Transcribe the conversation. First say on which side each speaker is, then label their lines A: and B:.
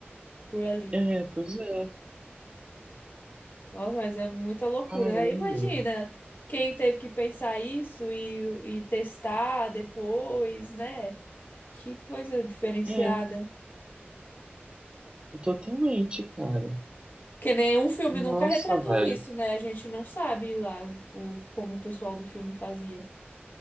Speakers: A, on the left (about 55°); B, on the right (about 25°).
A: por ali.
B: É, pois é.
A: Nossa, mas é muita loucura,
B: Caramba.
A: né? Imagina quem teve que pensar isso e, e testar depois, né? Que coisa diferenciada.
B: É, totalmente, cara.
A: Que nenhum filme
B: Nossa,
A: nunca retratou
B: velho.
A: isso, né? A gente não sabe lá o, como o pessoal do filme fazia.